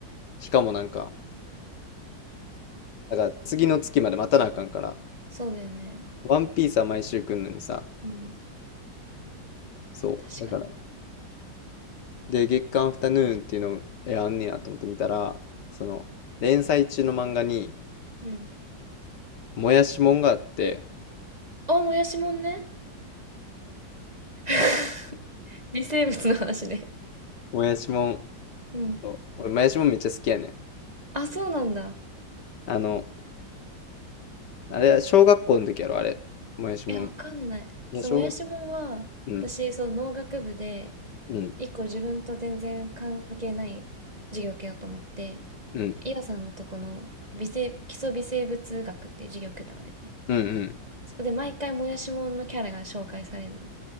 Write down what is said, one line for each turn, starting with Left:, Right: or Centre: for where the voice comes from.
Left: しかもなんか、だから次の月まで待たなあかんから、
Right: そうだよね。
Left: ワンピースは毎週来んのにさ、
Right: うん。
Left: そう。
Right: 確かに。
Left: だから、で、月刊アフタヌーンっていうの、え、あんねやと思って見たら、その、連載中の漫画に、
Right: うん。
Left: もやしもんがあって、
Right: あ、もやしもんね。<laughs> 微生物の話ね。
Left: <laughs> もやしもん、
Right: うん。
Left: そう。俺、もやしもんめっちゃ好きやねん。
Right: あ、そうなんだ。
Left: あの、あれ、小学校の時やろ、あれ。もやしもん。
Right: え、わかんない。
Left: い
Right: そう、
Left: や、小学、
Right: もやしもんは、
Left: うん、
Right: 私、その農学部で、
Left: うん、
Right: 一個自分と全然関係ない授業を受けようと思って、
Left: うん、
Right: 伊和さんのとこの微生、基礎微生物学っていう授業を受けたのね。
Left: うん、うん。
Right: そこで毎回もやしもんのキャラが紹介されるの。